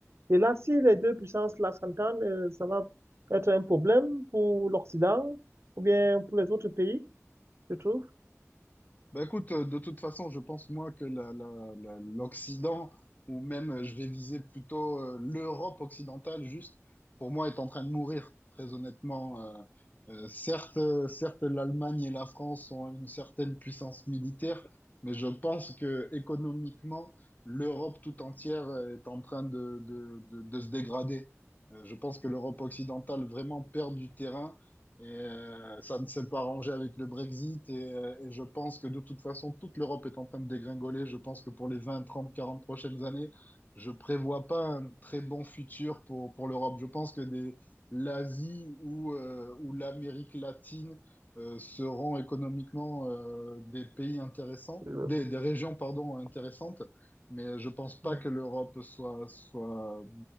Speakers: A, on the right; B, on the left.
A: Et là, si les deux puissances-là s'entendent, euh, ça va être un problème pour l'Occident ou bien pour les autres pays, je trouve.
B: Bah écoute, euh, de toute façon, je pense moi que la- la- la- l'Occident, ou même euh, je vais viser plutôt euh, l'Europe occidentale, juste, pour moi, est en train de mourir, très honnêtement. Euh, euh, certes, euh, certes, l'Allemagne et la France ont une certaine puissance militaire, mais je pense que économiquement, l'Europe tout entière euh, est en train de, de- de- de se dégrader. Euh, je pense que l'Europe occidentale vraiment perd du terrain. Et euh, ça ne s'est pas arrangé avec le Brexit. Et, euh, et je pense que de toute façon, toute l'Europe est en train de dégringoler. Je pense que pour les 20, 30, 40 prochaines années, je prévois pas un très bon futur pour, pour l'Europe. Je pense que des, l'Asie ou, euh, ou l'Amérique latine euh, seront économiquement euh, des pays intéressants,
A: Euh,
B: des, des régions, pardon, intéressantes. Mais je pense pas
A: bon.
B: que l'Europe soit, soit,